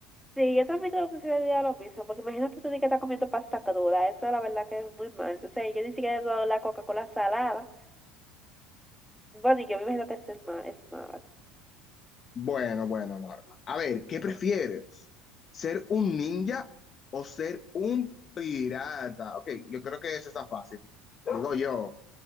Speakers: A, in the centre; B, on the left (about 40°).
A: Sí, yo también creo que sería lo mismo, porque imagínate tú di que estás comiendo pasta cruda, eso la verdad que es muy mal. Entonces, yo ni siquiera he probado la Coca-Cola salada. Bueno, y yo me imagino que es, el ma- es mala.
B: Bueno, bueno, Norma. A ver, ¿qué prefieres? ¿Ser un ninja o ser un pirata? Ok, yo creo que eso está fácil, digo yo.